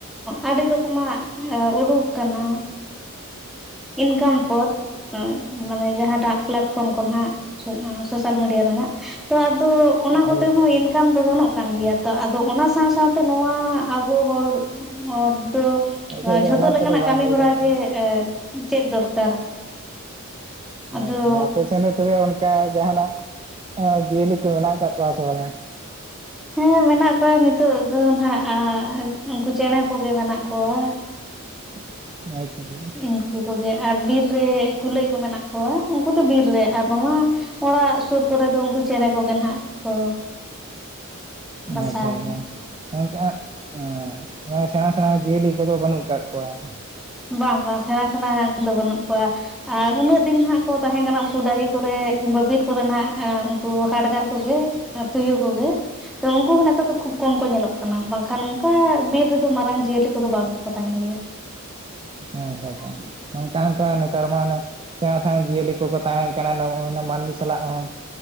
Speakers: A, in the centre; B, on the right (about 25°).
A: ᱟᱹᱰᱤ ᱨᱚᱠᱚᱢᱟᱜ ᱩᱰᱩᱠ ᱠᱟᱱᱟ ᱤᱱᱠᱟᱢ ᱯᱚᱫ ᱾ ᱢᱟᱱᱮ ᱡᱟᱦᱟᱴᱟᱜ ᱯᱞᱟᱴᱯᱷᱚᱨᱚᱢ ᱠᱚ ᱱᱟᱸᱦᱟᱜ ᱥᱳᱥᱟᱞ ᱢᱤᱰᱤᱭᱟ ᱨᱮᱱᱟᱜ ᱛᱚ ᱟᱵᱩ ᱚᱱᱟ
B: ᱟᱪᱪᱷᱟ
A: ᱠᱚᱛᱮ ᱦᱚᱸ ᱤᱱᱠᱟᱢ ᱫᱚ ᱜᱟᱱᱚᱜ ᱠᱟᱱ ᱜᱮᱭᱟ ᱛᱚ, ᱟᱫᱚ ᱚᱱᱟ ᱥᱟᱶ ᱥᱟᱶᱛᱮ ᱱᱚᱣᱟ ᱟᱵᱚ ᱦᱚᱲ <unintelligible> ᱫᱚ
B: ᱟᱪᱪᱷᱟ
A: ᱡᱷᱚᱛᱚ
B: ᱚᱱᱟ
A: ᱞᱮᱠᱟᱱᱟᱜ
B: ᱠᱚᱫᱚ ᱵᱟᱝ
A: ᱠᱟᱹᱢᱤ
B: ᱞᱟᱹᱭ
A: ᱦᱚᱨᱟ
B: ᱠᱟᱛᱮ
A: ᱜᱮ ᱪᱮᱫ ᱫᱚᱨᱠᱟᱨ᱾
B: ᱦ
A: ᱟᱫᱚ
B: ᱟᱯᱮ ᱥᱮ ᱛᱚᱵᱮ ᱚᱱᱠᱟ ᱡᱟᱦᱟᱸᱱᱟᱜ ᱡᱤᱭᱟᱹᱞᱤ ᱠᱚ ᱢᱮᱱᱟᱜ ᱟᱠᱟᱫ ᱠᱚᱣᱟ ᱥᱮ ᱵᱟᱝ-ᱟ?
A: ᱦᱮᱸ ᱢᱮᱱᱟᱜ ᱠᱚᱣᱟ ᱱᱤᱛᱚᱜ ᱫᱚ ᱱᱟᱦᱟᱜ ᱮ ᱩᱱᱠᱩ ᱪᱮᱬᱮ ᱠᱚᱜᱮ ᱢᱮᱱᱟᱜ ᱠᱚᱣᱟ ᱾
B: <inaudible>
A: ᱩᱱᱠᱩ ᱠᱚᱜᱮ ᱟᱨ ᱵᱤᱨ ᱨᱮ ᱠᱩᱞᱟᱹᱭ ᱠᱚ ᱢᱮᱱᱟᱜ ᱠᱚᱣᱟ ᱩᱱᱠᱩ ᱫᱚ ᱵᱤᱨ ᱨᱮ ᱟᱨ ᱱᱚᱶᱟ ᱼᱼ ᱚᱲᱟᱜ ᱥᱩᱨ ᱠᱚᱨᱮ ᱫᱚ ᱩᱱᱠᱩ ᱪᱮᱬᱮ ᱠᱚᱜᱮ ᱱᱟᱦᱟᱜ ᱠᱚ ᱵᱟᱥᱟ
B: ᱟᱪᱪᱷᱟ ᱟᱪᱪᱷᱟ
A: ᱟᱠᱟᱱᱟ
B: <unintelligible> ᱥᱮᱬᱟ ᱥᱮᱬᱟ ᱡᱤᱭᱟᱹᱞᱤ ᱠᱚᱫᱚ ᱵᱟᱹᱱᱩᱜ ᱠᱟᱜ ᱠᱚᱣᱟ ᱾
A: ᱵᱟᱝ ᱵᱟᱝ ᱥᱮᱬᱟ ᱥᱮᱬᱟ <unintelligible> ᱵᱟᱹᱱᱩᱜ ᱠᱚᱣᱟ ᱟᱨ ᱩᱱᱟᱹᱜ ᱫᱤᱱ ᱦᱟᱸᱜ ᱠᱚ ᱛᱟᱦᱮᱸ ᱠᱟᱱᱟ ᱩᱱᱠᱩ ᱰᱟᱦᱤ ᱠᱚᱨᱮᱜ ᱠᱤᱝᱵᱟ ᱵᱤᱨ ᱠᱚᱨᱮᱱ ᱦᱟᱸᱜ ᱩᱱᱠᱩ ᱦᱟᱰᱜᱟᱨ ᱠᱚᱜᱮ ᱾ ᱛᱩᱭᱩ ᱠᱚᱜᱮ ᱾ ᱛᱚ ᱩᱱᱠᱩ ᱦᱚᱸ ᱱᱮᱛᱚᱜ ᱫᱚ ᱠᱷᱩᱵ ᱠᱚᱢ ᱠᱚ ᱧᱮᱞᱚᱜ ᱠᱟᱱᱟ ᱵᱟᱝᱠᱷᱟᱱ ᱚᱱᱠᱟ ᱵᱤᱨ ᱨᱮᱫᱚ ᱢᱟᱨᱟᱝ ᱡᱤᱭᱟᱹᱞᱤ ᱠᱚ ᱫᱚ ᱵᱟᱝ ᱠᱚ ᱛᱟᱦᱮᱱ ᱜᱮᱭᱟ
B: ᱟᱪᱪᱷᱟ ᱪᱷᱟ ᱱᱚᱠᱟ ᱛᱚ ᱱᱮᱛᱟᱨ ᱢᱟᱱᱮ ᱥᱮᱬᱟ ᱥᱮᱬᱟ ᱡᱤᱭᱟᱹᱞᱤ ᱠᱚᱠᱚ ᱛᱟᱦᱮᱱ ᱠᱟᱱᱟ ᱱᱚᱜ ᱢᱟᱹᱱᱢᱤ ᱥᱟᱞᱟᱜ ᱦᱚᱸ